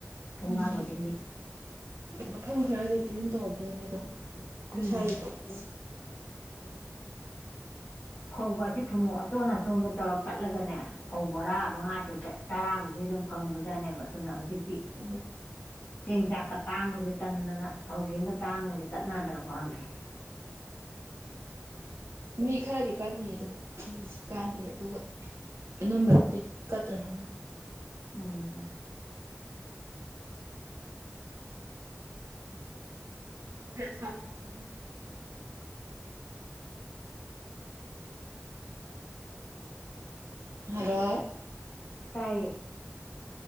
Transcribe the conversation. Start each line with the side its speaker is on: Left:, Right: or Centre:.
Left: ꯊꯣꯡꯒꯥꯡ
Right: ꯎꯝ
Left: ꯈꯨꯗꯤꯡꯒꯤ
Right: ꯃꯐꯝ ꯈꯔꯗꯗꯤ ꯑꯗꯨꯝ ꯇꯧꯔꯝꯗꯣꯏꯅꯦ ꯑꯗꯣ ꯑꯈꯣꯏ
Left: ꯎꯝ
Right: ꯁꯋꯥꯏꯗ ꯇꯧꯗꯕꯩ ꯋꯥꯅꯦ
Left: ꯐꯧꯕꯁꯦ ꯊꯨꯝꯃꯣꯛ ꯑꯆꯣꯟ ꯑꯆꯣꯟꯕ ꯇꯧꯔ ꯀꯠꯂꯒꯅꯦ ꯐꯧ ꯕꯣꯔꯥ ꯃꯉꯥ ꯇꯔꯨꯛ ꯊꯣꯛꯑ ꯇꯔꯥꯃꯨꯛꯇꯤ ꯑꯗꯨꯝ ꯐꯪꯕꯖꯥꯠꯅꯦꯕ ꯑꯗꯨꯅ ꯍꯧꯖꯤꯛꯇꯤ
Right: ꯎꯝ
Left: ꯆꯦꯡ ꯆꯥꯛꯀ ꯇꯥꯡꯕꯖꯤ ꯇꯟꯗꯅ ꯐꯧ ꯆꯦꯡꯒ ꯇꯥꯡꯕꯖꯤ ꯀꯠꯅꯗ꯭ꯔꯕ ꯈꯪꯗꯦ
Right: ꯃꯤ ꯈꯔꯗꯤ ꯀꯜꯂꯤꯌꯦ ꯑꯗꯨꯕꯨ ꯍꯧꯖꯤꯛꯁꯤ ꯀꯟꯗꯦ ꯑꯗꯨꯒ ꯅꯝꯕ꯭ꯔꯗꯤ ꯀꯠꯇ ꯉ
Left: ꯎꯝ
Right: ꯃ ꯌ ꯊꯥꯕꯗꯤ ꯆꯤꯡꯊꯣ <unintelligible> ꯍꯥꯜꯂꯣ
Left: ꯇꯥꯏꯌꯦ